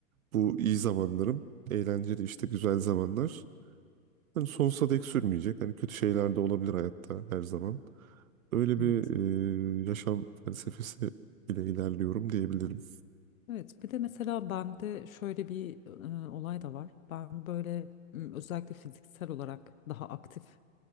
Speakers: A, on the right (about 85°); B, on the left (about 80°).
A: bu iyi zamanlarım, eğlenceli işte güzel zamanlar hani sonsuza dek sürmeyecek. Hani kötü şeyler de olabilir hayatta her zaman. Öyle bir
B: Evet.
A: e, yaşam felsefesi ile ilerliyorum diyebilirim.
B: Evet. Bir de mesela bende şöyle bir e, olay da var. Ben böyle m, özellikle fiziksel olarak daha aktif